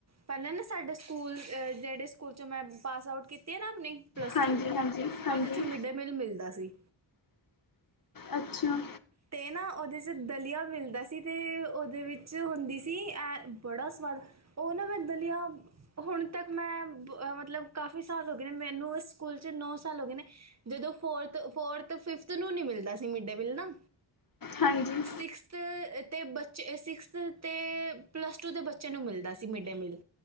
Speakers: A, on the right; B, on the left.
A: ਪਹਿਲਾਂ ਨਾ ਸਾਡੇ ਸਕੂਲ, ਜਿਹੜੇ ਸਕੂਲ 'ਚੋਂ ਮੈਂ ਪਾਸ ਆਊਟ ਕੀਤੀ ਹੈ ਨਾ ਆਪਣੀ ਪਲੱਸ
B: ਹਾਂਜੀ
A: ਟੂ,
B: ਹਾਂਜੀ ਹਾਂਜੀ
A: ਉਹਦੇ ਚ, ਮਿਡ ਡੇ ਮੀਲ ਮਿਲਦਾ ਸੀ।
B: ਅੱਛਾ।
A: ਤੇ ਨਾ ਉਹਦੇ 'ਚ ਦਲੀਆ ਮਿਲਦਾ ਸੀ, ਤੇ ਉਹਦੇ ਵਿੱਚ ਹੁੰਦੀ ਸੀ, ਐ ਬੜਾ ਸਵਾਦ ਉਹ ਨਾ ਪਿਰ ਦਲੀਆ ਹੁਣ ਤੱਕ ਮੈਂ, ਮਤਲਬ ਕਾਫੀ ਸਾਲ ਹੋ ਗਏ ਨੇ ਮੈਨੂੰ ਉਸ ਸਕੂਲ ਨੌ ਸਾਲ ਹੋ ਗਏ ਨੇ, ਜਦੋਂ ਫੋਰਥ ਫੋਰਥ ਫਿਫਥ ਨੂੰ ਨੀ ਮਿਲਦਾ ਸੀ, ਮਿਡ ਡੇ ਮੀਲ ਨਾ
B: ਹਾਂਜੀ।
A: ਸਿਕਸਥ ਅਤੇ ਬੱਚੇ, ਸਿਕਸਥ ਅਤੇ ਪਲੱਸ ਟੂ ਦੇ ਬੱਚਿਆਂ ਨੂੰ ਮਿਲਦਾ ਸੀ ਮਿਡ ਡੇ ਮੀਲ